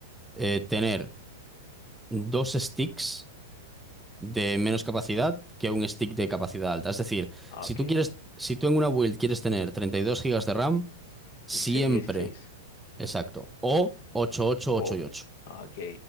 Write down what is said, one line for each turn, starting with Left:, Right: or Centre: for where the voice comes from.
Centre: eh, tener dos sticks de menos capacidad que un stick de capacidad alta. Es decir,
Left: Ah,
Centre: si
Left: ok.
Centre: tú quieres, si tú en una build quieres tener 32 gigas de RAM, siempre,
Left: dieciséis y dieciséis
Centre: exacto, o 8, 8,
Left: Oh,
Centre: 8 y
Left: No.
Centre: 8.
Left: ah, ok.